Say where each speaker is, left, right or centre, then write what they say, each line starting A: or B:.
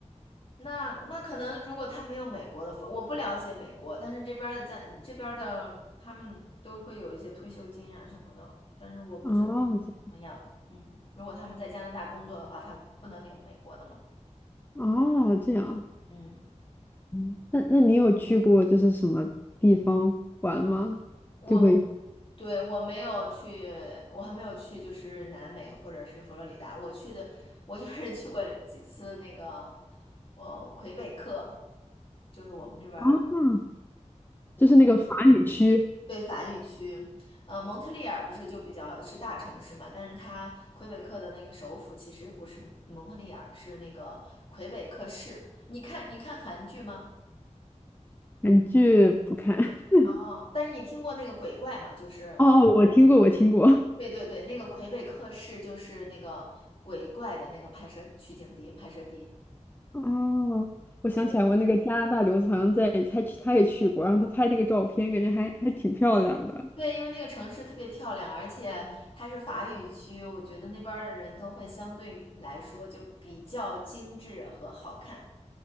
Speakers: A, on the left; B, on the left.
A: 那那可能如果他没有美国的福，我不了解美国，但是这边儿的加这边儿的他们都会有一些退休金啊什么的，但是我不知道
B: 哦，这样
A: 怎么样。嗯，如果他们在加拿大工作的话，他不能领美国的嘛。
B: 哦这样，
A: 嗯。
B: 嗯，那那你有去过就是什么地方玩吗？
A: 我。
B: 就会。
A: 对，我没有去，我还没有去，就是南美或者是佛罗里达。我去的，我就是去过几次那个，呃，魁北克，就是我们这边儿
B: 啊。就是那个法语区，
A: 对法语区。呃，蒙特利尔不是就比较是大城市嘛，但是它魁北克的那个首府其实不是蒙特利尔，是那个魁北克市。你看，你看韩剧吗？
B: 韩剧不看。<laughs>
A: 哦，但是你听过那个鬼怪吗？就是。
B: 哦，我听过，我听过。
A: 对对对，那个魁北克市就是那个鬼怪的那个拍摄取景地、拍摄地。
B: 哦，我想起来，
A: 所
B: 我那个加拿大留子好像在，他去，他也去过，然后他拍那个照片，感觉还还挺漂亮的。
A: 对，因为那个城市特别漂亮，而且它是法语区，我觉得那边儿的人都会相对来说就比较精致和好看。